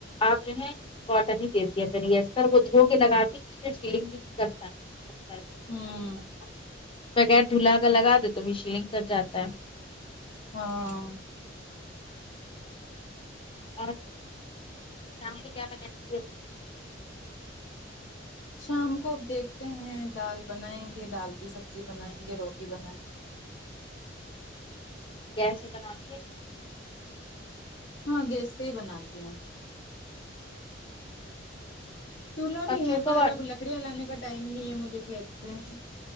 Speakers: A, on the left (about 30°); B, on the left (about 70°).
A: آپ جو ہے کاٹن ہی د دیا کریر وہ دھو کے لگاتی تھی تو شیلنگ بھی نہیں کرتا استر،
B: ہوں
A: بغیر دھلا کا لگاد تو بھی شلنگ کر جاتا ہے
B: ہاں
A: اور شام کو کیا بنائیں گے
B: شام کو آپ دیکھتے ہیں دال بنائیں گے دال کی سبزی بنائیں گے روٹی بنائیں گے
A: کیسے بنا کے
B: ہاں گیس پہ ہی بناتی ہوں چولہا
A: اور
B: بھی
A: چوکا
B: ہے پر
A: بنا
B: اب لکڑیاں لانے کا ٹائم نہیں ہے مجھے کھیت سے